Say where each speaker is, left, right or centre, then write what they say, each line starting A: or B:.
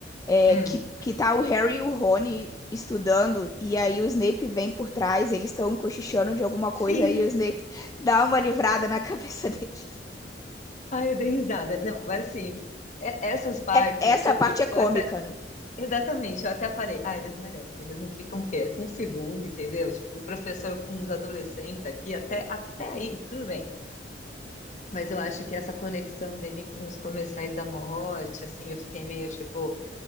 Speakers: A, on the left (about 20°); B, on the left (about 45°).
A: é,
B: hum.
A: que, que tá o Harry e o Rony estudando, e aí o Snape vem por trás, eles estão cochichando de alguma
B: Sim,
A: coisa, e o Snape dá uma livrada na <laughs> cabeça deles.
B: <laughs> ai, eu dei risada. Não, mas assim, e- essas partes,
A: É- essa
B: tipo,
A: parte é cômica,
B: eu até
A: né?
B: Exatamente, eu até falei, ah, eles merecem, eles não ficam quietos um segundo, entendeu? Tipo, o professor com os adolescentes aqui, até, até aí, tudo bem. Mas eu acho que essa conexão dele com os comerciais da morte, assim, eu fiquei meio tipo,